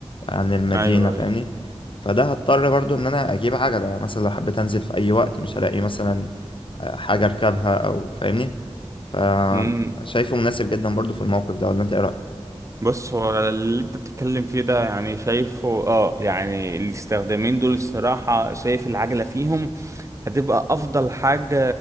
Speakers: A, on the left (about 55°); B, on the right (about 30°).
A: عن المدينة
B: ايوه
A: فاهمني
B: ايوه
A: فده هضطر برضو إن أنا أجيب عجلة يعني مثلا لو حبيت أنزل في أي وقت مش هلاقي مثلا آه، حاجة أركبها أو فاهمني فشايفه
B: امم
A: مناسب جدا برضو في الموقف ده ولا أنت إيه رأيك؟
B: بص هو اللي انت بتتكلم فيه ده يعني شايفه اه يعني الاستخدامين دول الصراحة شايف العجلة فيهم هتبقى افضل حاجة